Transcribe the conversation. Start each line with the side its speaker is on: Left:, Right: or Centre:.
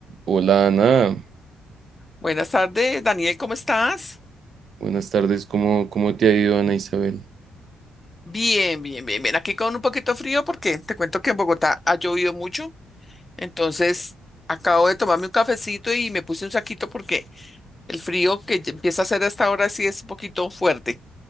Right: Hola Ana,
Left: Buenas tardes, Daniel, ¿cómo estás?
Right: buenas tardes, ¿cómo, cómo te ha ido Ana Isabel?
Left: Bien, bien, bien, bien. Aquí con un poquito frío porque te cuento que en Bogotá ha llovido mucho. Entonces, acabo de tomarme un cafecito y me puse un saquito porque el frío que ya empieza a hacer hasta ahora sí es un poquito fuerte.